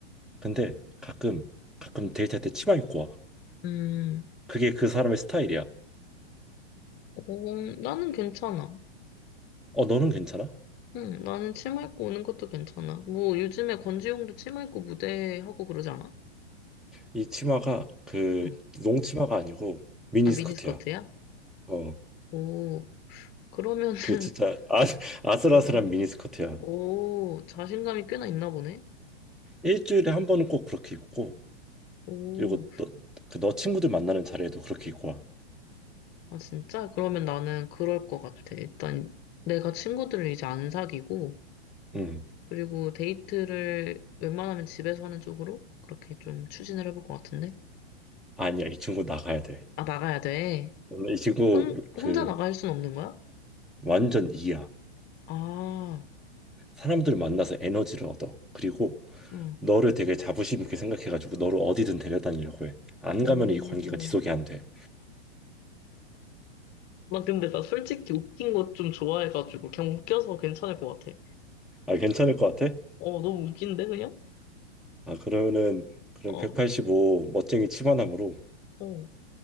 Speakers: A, in the centre; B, on the left.
A: 근데 가끔, 가끔 데이트할 때 치마 입고 와.
B: 음.
A: 그게 그 사람의 스타일이야.
B: 어, 나는 괜찮아.
A: 어, 너는 괜찮아?
B: 응, 나는 치마 입고 오는 것도 괜찮아. 뭐, 요즘에 권지용도 치마 입고 무대 하고 그러지 않아?
A: 이 치마가 그
B: 응.
A: 농치마가 아니고 미니스커트야.
B: 아, 미니스커트야?
A: 어,
B: 오, 그러면은, <laughs>
A: 그 진짜 아, <laughs> 아슬아슬한
B: 어,
A: 미니스커트야.
B: 오, 자신감이 꽤나 있나 보네?
A: 일주일에 한 번은 꼭 그렇게 입고
B: 오,
A: 그리고 너, 그 너 친구들 만나는 자리에도 그렇게 입고 와.
B: 아, 진짜? 그러면 나는 그럴 것 같아. 일단, 내가 친구들을 이제 안 사귀고,
A: 응.
B: 그리고 데이트를 웬만하면 집에서 하는 쪽으로 그렇게 좀 추진을 해볼 것 같은데?
A: 아니야, 이 친구 나가야 돼.
B: 아, 나가야 돼.
A: 오늘 이 친구
B: 혼, 혼자
A: 그
B: 나갈 순 없는 거야?
A: 완전 이야.
B: 아,
A: 사람들 만나서 에너지를 얻어. 그리고
B: 응.
A: 너를 되게 자부심 있게 생각해가지고 너를 어디든 데려다니려고 해. 안
B: 오.
A: 가면 이 관계가 지속이 안 돼.
B: 나 근데 나 솔직히 웃긴 거 좀 좋아해가지고 그냥 웃겨서 괜찮을 것 같아.
A: 아, 괜찮을 것 같아?
B: 어, 너무 웃긴데 그냥?
A: 아, 그러면은 그럼
B: 어,
A: 185 멋쟁이 치마남으로
B: 어.